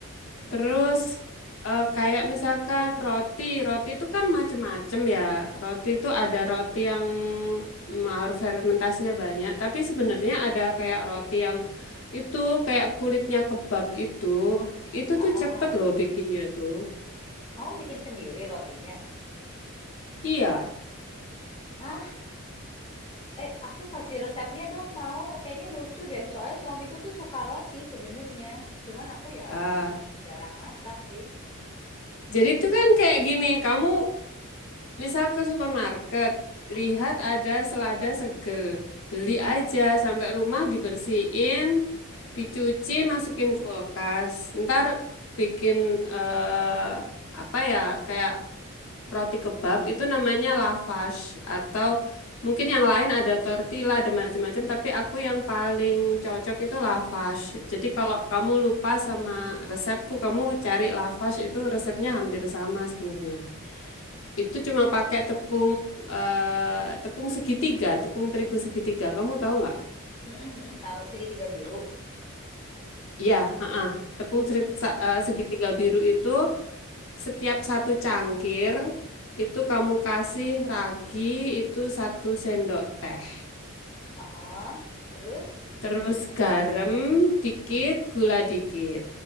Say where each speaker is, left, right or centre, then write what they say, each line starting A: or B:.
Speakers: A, on the left; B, on the left.
A: mm-mm.
B: Terus eh, kayak misalkan roti, roti itu kan macem-macem ya. Roti itu ada roti yang mm, harus fermentasinya banyak, tapi sebenarnya ada kayak roti yang itu kayak kulitnya kebab itu, itu
A: Ah,
B: tuh
A: ah.
B: cepet loh bikinnya tuh.
A: Kamu bikin sendiri rotinya?
B: Iya.
A: Hah? Eh, aku kasih resepnya dong, mau. Kayaknya lucu deh. Soalnya suamiku tuh suka roti sebenarnya. Cuman aku ya
B: Ah,
A: memang jarang masak sih.
B: jadi itu kan kayak gini, kamu Misal ke supermarket, lihat
A: Mm-mm,
B: ada selada seger. Beli
A: mm-mm.
B: aja, sampai rumah dibersihin, dicuci, masukin kulkas. Ntar bikin eh, apa ya, kayak roti kebab itu namanya lavash atau mungkin yang lain ada tortilla dan macam-macam, tapi aku yang paling cocok itu lavash. Jadi kalau kamu lupa sama resepku, kamu cari lavash itu resepnya hampir sama sebenarnya. Itu cuma
A: It-
B: pakai tepung eh, tepung segitiga, tepung terigu segitiga. Kamu tahu nggak?
A: mm-mm, mm-mm, Tahu segitiga biru.
B: Ya, heeh. Tepung
A: Mm-mm.
B: seri- sa- eh, segitiga biru itu setiap satu cangkir itu kamu kasih ragi itu satu sendok teh.
A: Ha-ah. Terus
B: Terus
A: di
B: garam dikit, gula dikit.